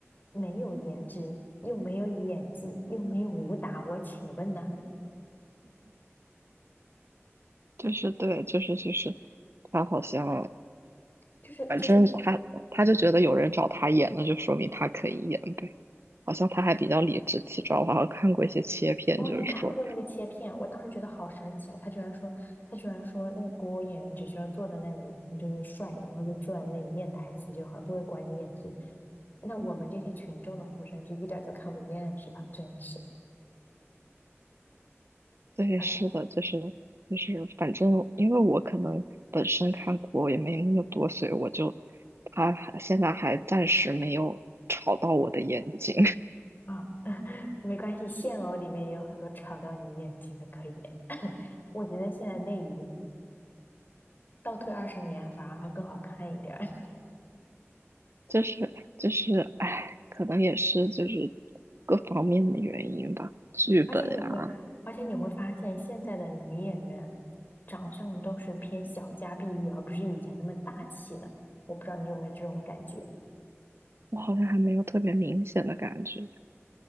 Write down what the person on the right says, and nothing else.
就是对，就是就是他好像
反正他他就觉得有人找他演，那就说明他可以演呗。好像他还比较理直气壮，我好像看过一些切片，
就是说，
对，
是的，就是就是，反正因为我可能本身看过也没那么多，所以我就他还现在还暂时没有吵到我的眼睛。
就是就是，哎，可能也是就是各方面的原因吧。剧本啊，
我好像还没有特别明显的感觉。